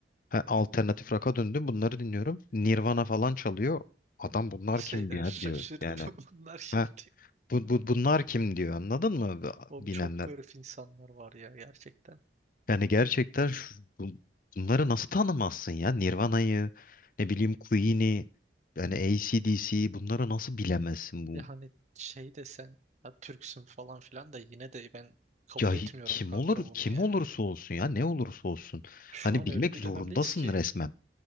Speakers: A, on the left; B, on the right.
A: Ha, alternatif rock'a döndüm. Bunları dinliyorum. Nirvana falan çalıyor. Adam bunlar
B: Şey
A: kim
B: demiş
A: ya
B: şaşırdım
A: diyor. Yani
B: <laughs> bunlar şimdi.
A: ha, bu, bu, bunlar kim diyor. Anladın mı
B: Oğlum
A: bilenler?
B: çok garip insanlar var ya gerçekten.
A: Yani gerçekten şu, bu- bunları nasıl tanımazsın ya? Nirvana'yı, ne bileyim Queen'i, yani AC/DC bunları nasıl bilemezsin? bu
B: Ya hani şey desen ya Türksün falan filan da yine de ben kabul
A: Ya
B: etmiyorum
A: hi- kim
B: kanka
A: olur
B: bunu
A: kim
B: ya.
A: olursa olsun ya ne olursa olsun.
B: Şu
A: Hani
B: an
A: bilmek
B: öyle bir
A: zorundasın
B: dönemdeyiz ki
A: resmen.